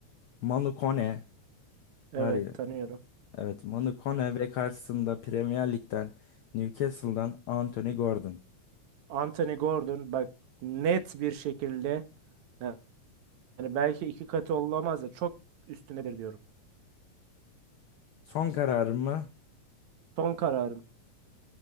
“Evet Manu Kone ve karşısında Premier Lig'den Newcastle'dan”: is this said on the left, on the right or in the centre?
Left